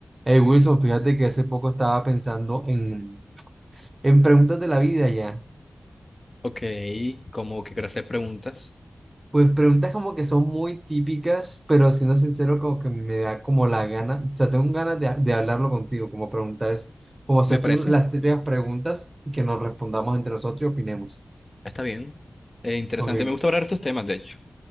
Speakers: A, on the right; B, on the left.
A: Hey Wilson, fíjate que hace poco estaba pensando en, en preguntas de la vida ya.
B: Ok, como que gracias preguntas.
A: Pues preguntas como que son muy típicas, pero siendo sincero, como que me da como la gana, o sea, tengo ganas de, de hablarlo contigo, como preguntar, es- como hacerte
B: Me parece,
A: un- las típicas preguntas y que nos respondamos entre nosotros y opinemos.
B: está bien. Eh, interesante,
A: Ok,
B: me gusta hablar de estos temas, de hecho.